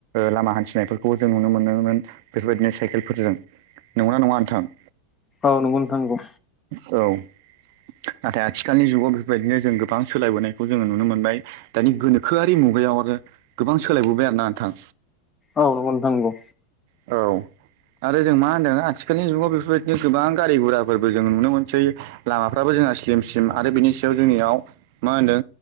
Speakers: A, on the right; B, on the left.
A: लामा हान्थिनायफोरखौबो जों नुनो मोनोमोन बेफोरबायदिनो साइकेलफोरजों नंगौना नङा नोंथां
B: औ नंगौ नोंथां नांगौ
A: औ नाथाय आथिखालनि जुगाव बेफोरबायदिनो जों गोबां सोलायबोनायखौ जोङो नुनो मोनबाय दानि गोनोखोआ बे मुगायाव आरो गोबां सोलायबोबाय आरो ना नोंथां
B: औ नांगौ नोंथां नंगौ
A: औ आरो जों मा होन्दों आथिखालनि जुगाव बेफोरबायदिनो गोबां गारि गराफोरबो जों नुनो मोनसै लामाफ्राबो जोंहा स्लिम सिम आरो बिनि सायाव जोंनियाव मा होनदों